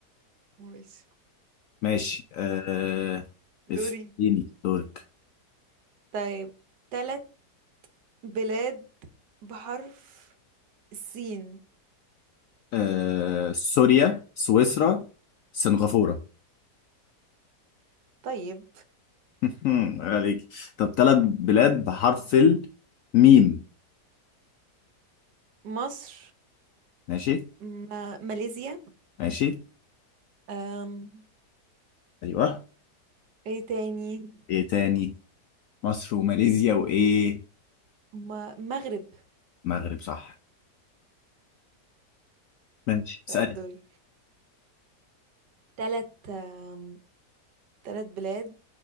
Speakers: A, on the right; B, on the left.
A: ماشي
B: ماشي آه...
A: م. دوري
B: اديني دورك
A: طيب ثلاث بلاد بحرف السين
B: آه... سوريا سويسرا سنغافورة
A: طيب
B: <laughs> عليك طب ثلاث بلاد بحرف الميم
A: مصر
B: ماشي
A: ما... ماليزيا
B: ماشي
A: أم...
B: ايوه
A: ايه تاني
B: ايه تاني مصر وماليزيا وايه
A: ما... مغرب
B: مغرب صح ماشي
A: طيب
B: اسألي
A: دوري ثلاث أم... ثلاث بلاد